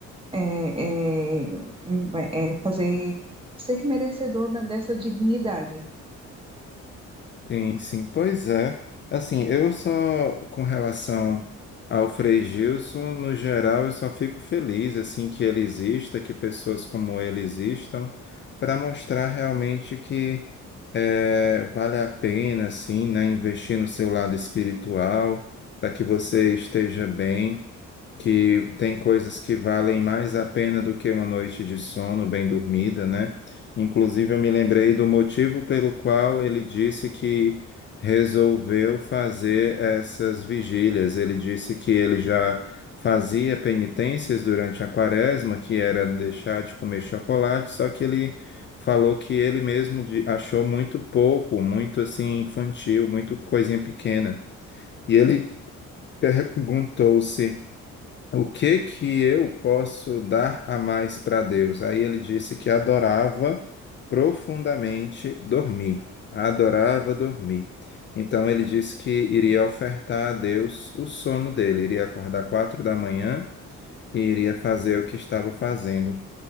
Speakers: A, on the right; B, on the left.
A: É, é, hum, é fazer ser merecedor da- dessa dignidade.
B: Sim, sim, pois é. Assim, eu só, com relação ao Frei Gilson, no geral, eu só fico feliz, assim, que ele exista, que pessoas como ele existam, para mostrar realmente que eh, vale a pena, assim, né, investir no seu lado espiritual, para que você esteja bem que tem coisas que valem mais a pena do que uma noite de sono bem dormida, né? Inclusive, eu me lembrei do motivo pelo qual ele disse que resolveu fazer essas vigílias. Ele disse que ele já fazia penitências durante a quaresma, que era deixar de comer chocolate, só que ele falou que ele mesmo de- achou muito pouco, muito assim infantil, muito coisinha pequena. E ele perguntou-se o que que eu posso dar a mais para Deus? Aí ele disse que adorava profundamente dormir. Adorava dormir. Então ele disse que iria ofertar a Deus o sono dele, iria acordar quatro da manhã e iria fazer o que estava fazendo.